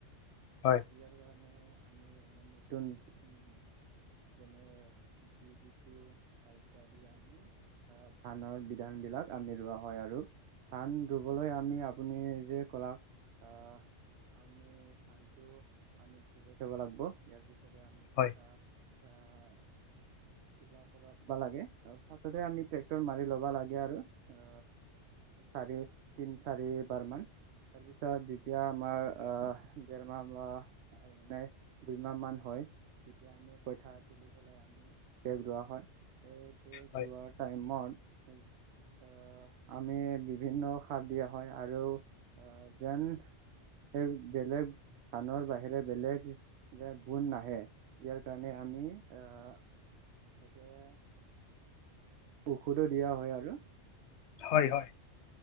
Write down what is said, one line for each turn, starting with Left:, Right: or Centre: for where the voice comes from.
Left: হয়
Right: ইয়াৰ কাৰণে আমি মানে নতুন উম যেনে বি বি বা ইত্যাদি আমি আহ ধানৰ বিধান বিলাক আমি ৰোৱা হয় আৰু, ধান ৰুবলৈ আমি আপুনি যে কলক আহ আমি ধানটো পানীত ভিজাই থব লাগিব ইয়াৰ পিছত আমি কথা
Left: হয়
Right: আহ কিবা কৰা লাগে ফাৰতে আমি ট্ৰেক্টৰ মাৰি ল'বা লাগে আৰু অ। চাৰে তিনি চাৰে বাৰমান। তাৰপিছত যেতিয়া আমাৰ আহ দেৰমাহ বা এ দুইমাহ মান হয়। তেতিয়া আমি কইঠা তুলি পেলাই আমি পেক ৰোৱা হয়। এই পে
Left: হয়
Right: ৰোৱাৰ টাইমত আহ আমি বিভিন্ন। সাৰ দিয়া হয় আৰু আহ যেন সেই বেলেগ ধানৰ বাহিৰে বেলেগ যে বুন নাহে ইয়াৰ কাৰণে আমি আহ। এতিয়া ঔষধো দিয়া হয় আৰু।
Left: হয় হয়